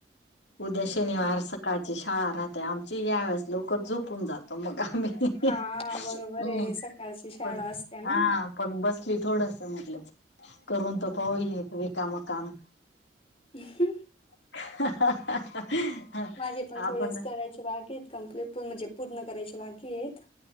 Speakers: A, on the left; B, on the left.
A: उद्या शनिवार
B: काय
A: सकाट <unintelligible> शाळा राहते आमची, या वेळेस लवकर झोपून जातो, मग आम्ही हम्,
B: हा बरोबर आहे सकाळची शाळा
A: पण
B: असते ना.
A: हा पण बसली थोडस म्हटलं करून तर पाऊ, रिकाम काम
B: उम्म हम्म.
A: <unintelligible>
B: माझे पण
A: आपण
B: थोडेस करायचे बाकी आहेत कंप्लीट म्हणजे पूर्ण करायचे बाकीयेत.